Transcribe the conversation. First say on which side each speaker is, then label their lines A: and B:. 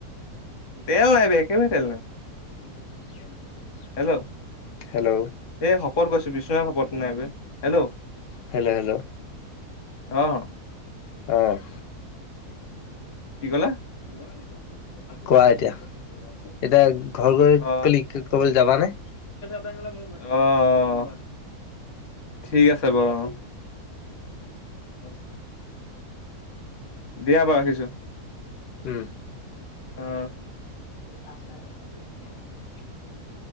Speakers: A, on the left (about 55°); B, on the left (about 75°).
A: তেল নাই হে, একেবা তেল নাই।
B: <inaudible>
A: হেল্ল'
B: হেল্ল'
A: এই শপত কৈছোঁ, বিশ্বনাথ শপত, নাই হে। হেল্ল'
B: হেল্ল, ' হেল্ল'
A: অ'
B: অ'।
A: <inaudible>
B: কোৱা এতিয়া, এতিয়া ঘৰ গৈ <unintelligible>
A: অ
B: ক'বালৈ যাবা নে?
A: অ', ঠিক আছে বাৰু অ। অ' দিয়া বাৰু ৰাখিছোঁ।
B: উম
A: অ'
B: <inaudible>
A: <inaudible>